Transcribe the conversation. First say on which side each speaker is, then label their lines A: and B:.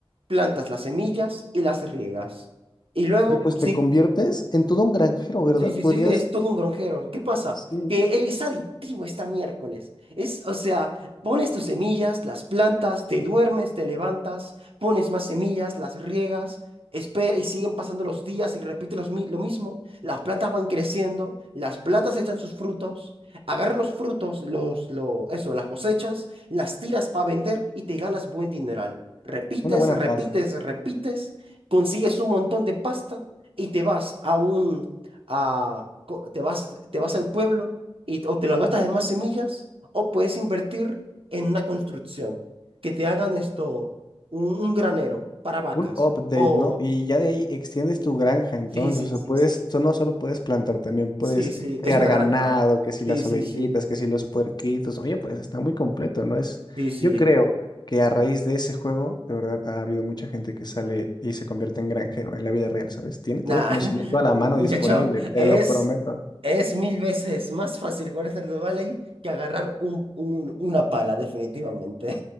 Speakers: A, on the right; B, on the left.
A: plantas las semillas y las riegas. Y luego,
B: Oye, pues
A: sí,
B: te conviertes en todo un granjero, ¿verdad?
A: Sí, sí,
B: Podrías,
A: sí, es todo un gronjero. ¿Qué pasa?
B: sí,
A: Que es adictivo esta miércoles. Es, o sea, pones tus semillas, las plantas, te duermes, te levantas, pones más semillas, las riegas, espera y siguen pasando los días y repite los mi- lo mismo. Las plantas van creciendo, las plantas echan sus frutos, agarras los frutos, los, lo, eso, las cosechas, las tiras para vender y te ganas buen dineral. Repites,
B: una buena
A: repites,
B: pasta,
A: repites, consigues un montón de pasta y te vas a un a- co- te vas, te vas al pueblo y o te lo gastas en más semillas o puedes invertir en una construcción que te hagan esto, un, un granero para vacas
B: un update,
A: o...
B: ¿no? Y ya de ahí extiendes tu granja, entonces,
A: Sí, sí,
B: o sea,
A: sí,
B: puedes,
A: sí.
B: so- no solo puedes plantar, también puedes
A: Sí, sí,
B: criar
A: es una
B: ganado,
A: granja.
B: que si
A: Sí,
B: las
A: sí,
B: ovejitas,
A: sí,
B: que si los puerquitos, oye, pues está muy completo, ¿no? Es,
A: sí, sí.
B: yo creo que a raíz de ese juego, de verdad, ha habido mucha gente que sale y se convierte en granjero en la vida real, ¿sabes? Tiene todo
A: Nada,
B: el conocimiento
A: <laughs>
B: a la mano
A: muchacho,
B: disponible, te
A: es,
B: lo prometo.
A: es mil veces más fácil jugar Stardew Valley que agarrar un, un- una pala, definitivamente.